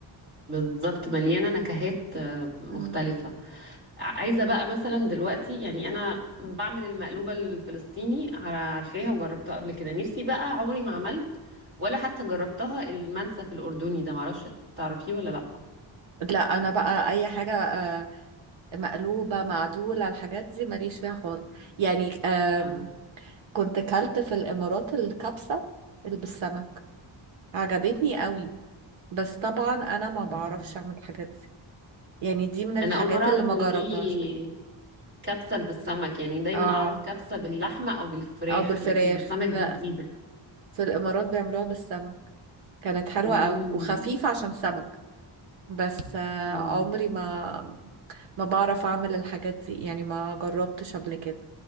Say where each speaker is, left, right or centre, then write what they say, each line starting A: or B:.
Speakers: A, on the right (about 40°); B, on the right (about 75°).
A: بالظبط مليانة نكهات آه، مختلفة
B: مم.
A: عايزة بقى مثلا دلوقتي يعني أنا بعمل المقلوبة الفلسطيني عار- عارفاها وجربتها قبل كده نفسي بقى عمري ما عملت ولا حتى جربتها المنسف الأردني ده معرفش تعرفيه ولا لأ
B: لا انا بقى اي حاجة آه، مقلوبة معدولة الحاجات دي ماليش فيها خالص يعني آم،
A: أم.
B: كنت كلت في الامارات الكبسة اللي بالسمك عجبتني قوي بس طبعا انا ما بعرفش
A: أم.
B: اعمل الحاجات دي يعني دي من الحاجات
A: أنا أول مرة أعرف
B: اللي ما
A: إن
B: جربتهاش
A: في كبسة بالسمك يعني دايما
B: اه
A: أعرف كبسة باللحمة أو بالفراخ
B: او بالفراخ
A: لكن بالسمك
B: لا
A: دي جديدة
B: في الإمارات بيعملوها بالسمك كانت حلوة
A: أم.
B: قوي وخفيفة عشان سمك بس آه،
A: أم.
B: عمري ما ما بعرف أعمل الحاجات دي يعني ما جربتش قبل كده